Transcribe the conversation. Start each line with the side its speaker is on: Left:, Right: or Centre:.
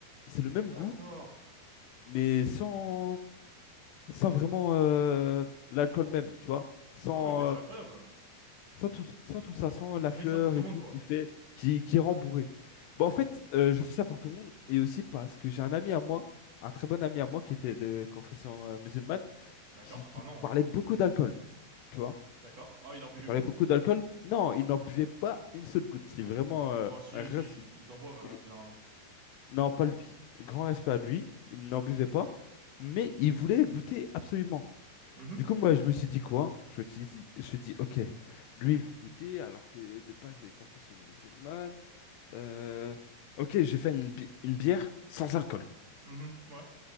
Left: c'est le même
Right: D'accord.
Left: goût, mais sans, sans vraiment euh, l'alcool même, tu vois? Sans,
Right: Ah oui, mais c'est
Left: euh,
Right: incroyable.
Left: Sans tout, sans tout ça, sans la
Right: Tu fais
Left: fleur
Right: ça pour tout
Left: et
Right: le monde,
Left: tout
Right: quoi.
Left: qui fait, qui, qui rend bourré. Bah, en fait, euh, je fais ça pour tout le monde et aussi parce que j'ai un ami à moi, un très bon ami à moi qui était de confession euh, musulmane,
Right: D'accord.
Left: qui, qui
Right: Ah non.
Left: parlait beaucoup d'alcool. Tu vois?
Right: D'accord. Ah, il en buvait
Left: Il parlait
Right: beaucoup.
Left: beaucoup d'alcool. Non, il n'en buvait pas une seule goutte. C'est vraiment euh,
Right: Bon, si,
Left: un res-
Right: si, ils en boivent, euh,
Left: euh,
Right: généralement.
Left: Non, pas lui. Grand respect à lui. Il n'en buvait pas. Mais il voulait goûter absolument.
Right: Mhm.
Left: Du coup, moi, je me suis dit quoi? Je me suis dit, je me suis dit, ok, lui, il veut goûter, alors que de base, il est confession musulmane. Euh, ok, j'ai fait une, bi- une bière sans alcool.
Right: Mhm. Ouais.